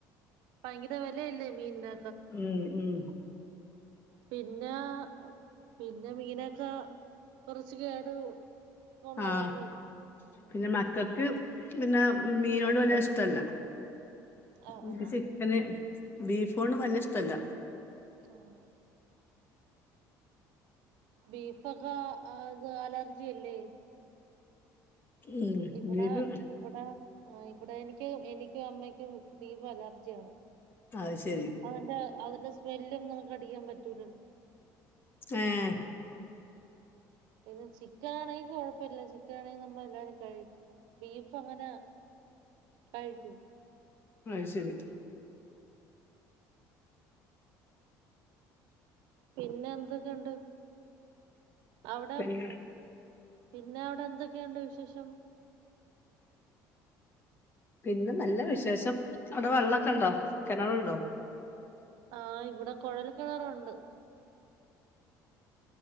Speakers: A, on the right; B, on the left.
A: ഭയങ്കര വിലയല്ലേ മീൻന്
B: ഉം ഉം
A: പിന്നേ പിൻ ന മീനോക്ക കുറച്ച് കേട് ഉള്ളതല്ലേ
B: ആഹ്
A: ഉം
B: പിന്നെ മക്കക്ക് പിന്നെ മീനോട് വല്ല്യ ഇഷ്ടല്ല.
A: ആഹ്
B: ഓൽക്
A: ആഹ്
B: ചിക്കന് ബീഫോണ്ടും വല്ല്യ ഇഷ്ടല്ല.
A: ആഹ്. ബീഫൊക്കെ അത് അലർജി അല്ലേ?
B: ഉം
A: ഇവിടെ
B: ബീഫ്
A: ഇവിടെ ആഹ് ഇവിടെ എനിക്ക് എനിക്കും അമ്മയ്ക്കും ബീഫ് അലർജിയാണ്.
B: അത് ശരി
A: അതിന്റെ അതിന്റെ സ്മെല്ലും നമുക്ക് അടിക്കാൻ പറ്റൂലല്ലോ
B: ഏഹ്.
A: പിന്നെ ചിക്കൻ ആണെങ്കി കൊഴപ്പില്ല ചിക്കൻ ആണെങ്കി നമ്മളെല്ലാരും കഴിക്കും ബീഫ് അങ്ങനെ കഴിക്കൂ
B: അത് ശരി.
A: പിന്നെ എന്തൊക്കെയണ്ട്. അവിടെ
B: പിന്നെ
A: പിന്നെ അവടെ എന്തൊക്കെയുണ്ട് വിശേഷം
B: പിന്നെ നല്ല വിശേഷം അവടെ വെള്ളൊക്കെ ണ്ടോ കെണറുണ്ടോ
A: ആഹ് ഇവിടെ കൊഴൽ കെണറുണ്ട്